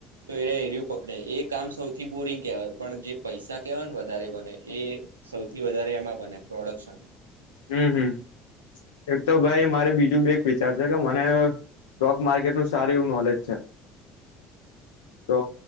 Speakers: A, on the right; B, on the left.
A: તો એને એરું પકડે એ કામ સૌથી બોરિંગ કહેવાય પણ જે પૈસા કહેવાય ને વધારે બને એ સૌથી વધારે એમાં બને પ્રોડક્શનમાં.
B: હમ હમ એક તો ભાઈ મારે બીજું બે વિચાર છે કે મને સ્ટોક માર્કેટનું સારું એવું નોલેજ છે. તો